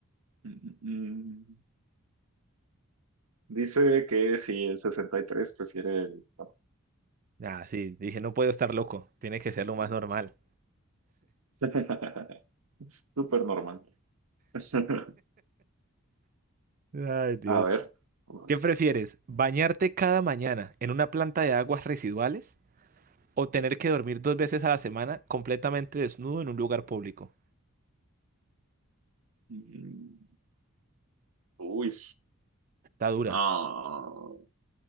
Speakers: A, on the right; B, on the right.
A: Mm, mm, mm. Dice que sí, el 63 prefiere el... no.
B: Nada, sí. Dije, no puedo estar loco. Tiene que ser lo más normal.
A: <laughs> Súper normal. <laughs>
B: Ay, Dios.
A: A ver, vamos.
B: ¿Qué prefieres? ¿Bañarte cada mañana en una planta de aguas residuales? o tener que dormir dos veces a la semana completamente desnudo en un lugar público.
A: Mm, Uy.
B: Está dura.
A: Ah,